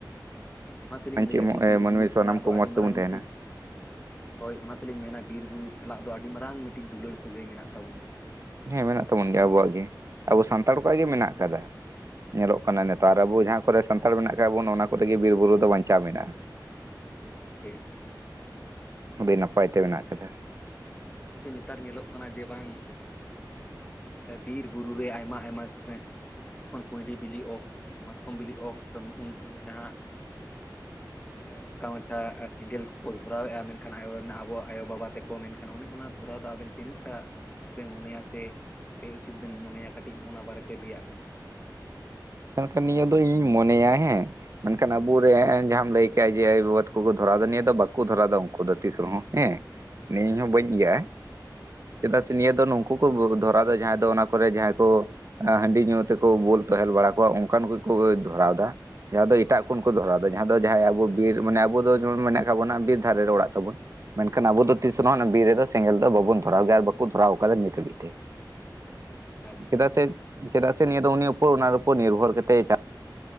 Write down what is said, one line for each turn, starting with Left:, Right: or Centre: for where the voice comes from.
Left: ᱟᱫᱚ ᱚᱱᱟ ᱛᱮᱞᱤᱧ
Right: ᱵᱟᱧᱪᱮ
Left: ᱞᱟᱹᱭᱟ ᱡᱮ ᱵᱤᱨᱵᱩᱨᱩ
Right: ᱢᱟᱹᱱᱢᱤ ᱥᱟᱱᱟᱢ
Left: ᱥᱟᱞᱟᱜ
Right: ᱠᱚ
Left: ᱫᱚ
Right: ᱢᱚᱸᱡᱽ
Left: ᱟᱹᱰᱤ
Right: ᱛᱮᱵᱚᱱ
Left: ᱢᱟᱨᱟᱝ
Right: ᱛᱟᱦᱮᱱᱟ
Left: ᱢᱤᱫᱴᱤᱡ ᱦᱳᱭ ᱚᱱᱟ ᱛᱮᱞᱤᱧ ᱢᱮᱱᱟ ᱵᱤᱨ ᱵᱩᱨᱩ ᱥᱟᱞᱟᱜ ᱫᱚ ᱟᱹᱰᱤ ᱢᱟᱨᱟᱝ ᱢᱤᱫᱴᱤᱡ ᱫᱩᱞᱟᱹᱲ ᱥᱟᱹᱜᱟᱹᱭ ᱢᱮᱱᱟᱜ ᱛᱟᱵᱚᱱᱟ
Right: ᱦᱮᱸ ᱢᱮᱱᱟᱜ ᱛᱟᱵᱚᱱ ᱜᱮᱭᱟ ᱟᱵᱚᱣᱟᱜ ᱜᱮ ᱟᱵᱚ ᱥᱟᱱᱛᱟᱲ ᱠᱚᱣᱟᱜ ᱜᱮ ᱢᱮᱱᱟᱜ ᱠᱟᱫᱟ ᱧᱮᱞᱚᱜ ᱠᱟᱱᱟ ᱱᱮᱛᱟᱨ ᱟᱵᱚ ᱡᱟᱦᱟᱸ ᱠᱚᱨᱮ ᱥᱟᱱᱛᱟᱲ ᱢᱮᱱᱟᱜ ᱠᱟᱜ ᱵᱚᱱᱟ ᱚᱱᱟ ᱠᱚᱨᱮ ᱜᱮ ᱵᱤᱨ ᱵᱩᱨᱩ ᱫᱚ ᱵᱟᱧᱪᱟᱣ ᱢᱮᱱᱟᱜᱼᱟ <inaudible>
Left: ᱦᱳᱭ ᱜᱚᱝᱠᱮ
Right: ᱟᱹᱰᱤ ᱱᱟᱯᱟᱭ ᱛᱮ ᱢᱮᱱᱟᱜ ᱠᱟᱫᱟ
Left: ᱟᱫᱚ ᱜᱚᱝᱠᱮ ᱱᱮᱛᱟᱨ ᱧᱮᱞᱚᱜ ᱠᱟᱱᱟ ᱡᱮ ᱵᱟᱝ ᱵᱤᱨ ᱵᱩᱨᱩᱨᱮ ᱟᱭᱢᱟ ᱟᱭᱢᱟ ᱥᱮᱸ ᱡᱚᱠᱷᱚᱱ ᱠᱩᱸᱩᱭᱰᱤ ᱵᱤᱞᱤ ᱚᱠᱛᱥ ᱥᱮ ᱢᱟᱛᱠᱚᱢ ᱵᱤᱞᱤ ᱚᱠ ᱩᱱ ᱥᱚᱢᱚᱭ ᱱᱟᱦᱟᱜ ᱚᱱᱠᱟ ᱢᱟᱪᱷᱟ ᱥᱮᱸᱜᱮᱞ ᱠᱚᱠᱚ ᱫᱷᱚᱨᱟᱣᱮᱫᱼᱟ ᱢᱮᱱᱠᱷᱟᱱ ᱟᱭᱚ ᱨᱮᱱᱟᱜ ᱟᱵᱟᱣᱟᱜ ᱟᱭᱳ ᱵᱟᱵᱟ ᱛᱮᱠᱚ ᱢᱮᱱᱠᱷᱟᱱ ᱮᱱᱠᱷᱟᱱ ᱚᱱᱮ ᱚᱱᱟ ᱫᱷᱚᱨᱟᱣ ᱫᱚ ᱟᱵᱮᱱ ᱛᱤᱱᱟᱹᱜ ᱴᱟᱜ ᱩᱪᱤᱛ ᱵᱮᱱ ᱢᱚᱱᱮᱭᱟ ᱥᱮ ᱵᱮ ᱩᱪᱤᱛ ᱵᱮᱱ ᱢᱚᱱᱮᱭᱟ ᱠᱟᱹᱴᱤᱡ ᱱᱚᱜᱼᱚ ᱱᱟᱣᱟ ᱵᱟᱨᱮ ᱛᱮ ᱞᱟᱹᱭᱟᱜ ᱵᱮᱱ
Right: ᱢᱮᱱᱠᱷᱟᱱ ᱱᱤᱭᱟᱹ ᱫᱚ ᱤᱧᱤᱧ ᱢᱚᱱᱮᱭᱟ ᱦᱮᱸ ᱢᱮᱱᱠᱷᱟᱱ ᱟᱵᱚᱨᱮᱱ ᱡᱟᱦᱟᱸᱟᱢ ᱞᱟᱹᱭ ᱠᱮᱜᱼᱟ ᱡᱮ ᱟᱭᱳᱵᱟ ᱵᱟᱵᱟ ᱛᱟᱠᱚ ᱠᱚ ᱫᱷᱚᱨᱟᱣᱫᱟ ᱱᱤᱭᱟᱹ ᱫᱚ ᱵᱟᱠᱚ ᱫᱷᱚᱨᱟᱣᱫᱟ ᱩᱱᱠᱩ ᱫᱚ ᱛᱤᱥ ᱨᱮᱦᱚᱸ ᱦᱮᱸ ᱱᱮᱧ ᱦᱚᱸ
Left: ᱟᱪᱪᱷᱟ
Right: ᱵᱟᱹᱧ ᱤᱭᱟᱜᱼᱟ᱾
Left: ᱟᱪᱪᱷᱟ
Right: ᱪᱮᱫᱟᱜ ᱥᱮ ᱱᱤᱭᱟᱹ ᱫᱚ ᱱᱩᱝᱠᱩ ᱠᱚ ᱫᱷᱚᱨᱟ ᱫᱚ ᱡᱟᱦᱟᱸᱭ ᱫᱚ ᱚᱱᱟ ᱠᱚᱨᱮ ᱡᱟᱦᱟᱸᱭ ᱠᱚ ᱦᱟᱺᱰᱤ ᱧᱩ ᱛᱮᱠᱚ ᱵᱳᱚᱞ ᱛᱦᱮᱞ ᱵᱟᱲᱟ ᱠᱚᱜᱼᱟ ᱚᱱᱠᱟᱱ ᱠᱚᱠᱚ ᱫᱷᱚᱨᱟᱣ ᱮᱫᱟ ᱡᱟᱦᱟᱸ ᱫᱚ ᱮᱴᱟᱜ
Left: ᱟᱪᱪᱷᱟ
Right: ᱠᱷᱚᱱ ᱠᱚ ᱫᱷᱚᱨᱟᱣ ᱟᱫᱟ᱾ ᱡᱟᱦᱟᱸ ᱫᱚ ᱡᱟᱦᱟᱸᱭ ᱟᱵᱚ ᱵᱤᱨ ᱚᱱᱮ ᱟᱵᱚ ᱫᱚ ᱡᱮᱢᱚᱱ ᱢᱮᱱᱟᱜ ᱠᱟᱜ ᱵᱚᱱᱟ ᱵᱤᱨ ᱫᱷᱟᱨᱮ ᱨᱮ ᱚᱲᱟᱜ ᱛᱟᱵᱚᱱ ᱢᱮᱱᱠᱷᱟᱱ ᱟᱵᱚ ᱫᱚ ᱛᱤᱥ ᱨᱮᱦᱚ ᱵᱤᱨ ᱨᱮᱫᱚ ᱥᱮᱸᱜᱮᱞ ᱫᱚ ᱵᱟᱵᱚᱱ ᱫᱷᱚᱨᱟᱣ ᱜᱮᱭᱟ ᱟᱨ ᱵᱟᱠᱚ ᱫᱷᱚᱨᱟᱣ ᱠᱟᱫᱟ ᱱᱤᱛ ᱦᱟᱹᱵᱤᱡ ᱛᱮ᱾
Left: ᱟᱪᱪᱷᱟ ᱟᱪᱪᱷᱟ
Right: ᱪᱮᱫᱟᱜ ᱥᱮ ᱪᱮᱫᱟᱜ ᱥᱮ ᱱᱤᱭᱟᱹ ᱫᱚ ᱩᱱᱤ ᱩᱯᱚᱨ ᱚᱱᱟ ᱩᱯᱚᱨ ᱱᱤᱨᱵᱷᱚᱨ ᱠᱟᱛᱮ ᱪᱟᱞᱟᱜ